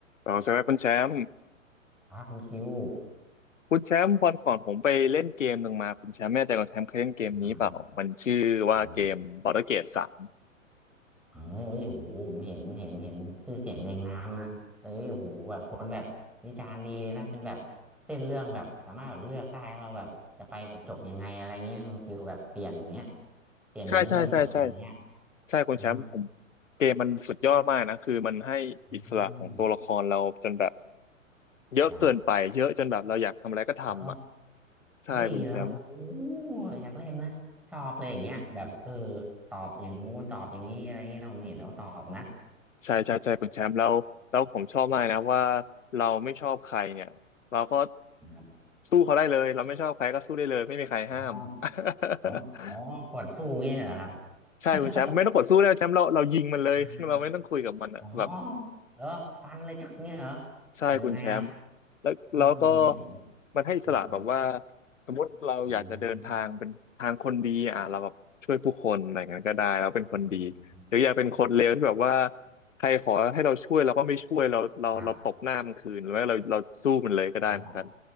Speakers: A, on the left; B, in the centre.
A: อ๋อใช่ไหมคุณแชมป์
B: ครับคุณคิว
A: คุณแชมป์วันก่อนผมไปเล่นเกมหนึ่งมาคุณแชมป์ไม่แน่ใจคุณแชมป์เคยเล่นเกมนี้เปล่ามันชื่อว่าเกม
B: อ่าอ่า
A: Baldur's Gate สาม
B: เอ้ยเอ้ยโอ้โหผมเห็นเห็นเห็นชื่อเสียงเรียงนามนะเอ้ยโอ้โหแบบคนแบบวิจารณ์ดีนะเป็นแบบเส้นเรื่องแบบสามารถแบบเลือกได้เราแบบจะไปแบบจบยังไงอะไรเงี้ยคุณคิวแบบเปลี่ยนเนี้ยเปลี่ยนเนื้อเรื่องจบอะไรเงี้ย
A: ใช่ใช่ใช่ใช่ใช่คุณแชมป์ผม
B: อื
A: เกมมันสุดยอดมากนะคือมันให้อิสระของตัวละครเราจนแบบ
B: ม
A: เยอะเกินไปเยอะจนแบบเราอยากทำอะไรก็ทำอ่ะ
B: ครับแล้ว
A: ใช่คุณแชมป์
B: เฮ้ยแล้วโอ้โหอยากเล่นนะชอบเลยอย่างเงี้ยแบบเออตอบอย่างงู้นตอบอย่างนี้อะไรเงงี้ยเราเห็นแล้วตอบนะ
A: ใช่ใช่ใช่คุณแชมป์แล้วแล้วผมชอบมากนะว่าเราไม่ชอบใครเนี่ยเราก็
B: ครับ
A: สู้เขาได้เลยเราไม่ชอบใครก็สู้ได้เลยไม่มีใครห้าม
B: อ๋อ
A: <laughs>
B: อ๋ออ๋อกดสู้เงี้ยเหรอครับ <laughs>
A: ใช่คุณแชมป์ไม่ต้องกดสู้แล้วแชมป์เราเรายิงมันเลย
B: อ่
A: <laughs> เราไม่ต้องคุยกับมันอ่ะแบบ
B: าอ๋อเหรอฟันเลยจักเงี้ยเหรอ
A: ใช่คุณแชมป์
B: หรือไงครับ
A: แล้วแล้วก็
B: เออเออผมเห็น
A: มันให้อิสระแบบว่า
B: อืมอืม
A: สมมติเราอยากจะเดินทางเป็นทางคนดีอ่ะเราแบบช่วยผู้คนอะไรอย่างนั้นก็ได้เราเป็นคนดี
B: อืมครับอืม
A: หรืออยากเป็นคนเลวที่แบบว่าใครขอให้เราช่วยเราก็ไม่ช่วยเราเราเราตบหน้ามันคืนหรือว่าเราเราสู้มันเลยก็ได้เหมือนกัน
B: ครับอ๋อ